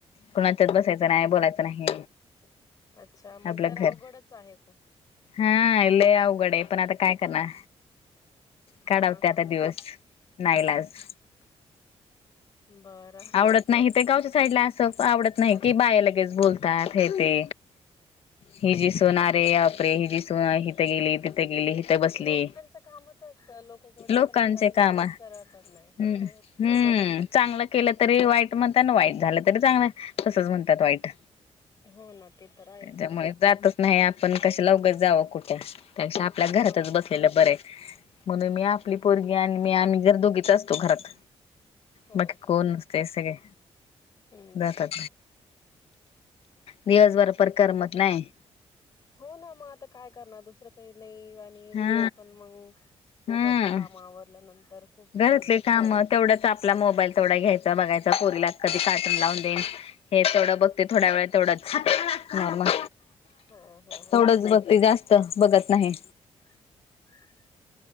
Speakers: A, on the left; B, on the left.
A: कुणाच्यात बसायचं नाही बोलायचं नाही
B: अच्छा मग
A: आपलं
B: तर
A: घर
B: अवघडच आहे खूप.
A: हा लय अवघड पण आता काय करणार काढवते
B: हा हा
A: आता
B: हा
A: दिवस
B: हा.
A: नाईलाज
B: बरं
A: आवडत नाही ते गावच्या साईडला असं आवडत नाही कि बाया लगेच बोलतात हे ते हि जी सुन आरे बापरे हि जी सुन हिथं गेली तिथं गेली त.. बसली
B: लोकांचं कामच असतं लोक घोड्या
A: लोकांचे
B: पण नाही चालले
A: काम हम्
B: सरळ पण नाही हा.
A: हम्म चांगलं केलं तरी वाईट म्हणतात ना वाईट झालं तरी चांगलं तसंच म्हणतात वाईट
B: हो ना ते तर
A: त्याच्यामुळे
B: हायेच
A: जातच नाही आपण कशाला उगाच जाव कुठ त्यापेक्षा आपल्या घरातच
B: हो ना
A: बसलेलं
B: हो.
A: बरेय म्हणून मी आपली पोरगी आणि मी आम्ही घर दोघीच असतो घरात
B: हो
A: बाकी कोण
B: हो हो.
A: नसते सगळे
B: हम्म
A: जातात
B: हम्म.
A: दिवस बर पर करमत नाही
B: हो ना मग आता काय करणार दुसरं काही नाही आणि
A: हा
B: घरात पण मंग
A: हम्म
B: घरातल काम आवरल्यानंतर, खूप वेळ
A: घरातले
B: हे होऊन जा
A: काम. तेवढं आपला मोबाईल तेवढा घ्यायचा. बघायचा. पोरीला कधी कार्टून लावून देईन. हे तेवढं बघते थोड्या वेळ. तेवढंच नॉर्मल.
B: हो हो हो
A: तेढडच
B: हो
A: बघते. जास्त बघत नाही.
B: <inaudible>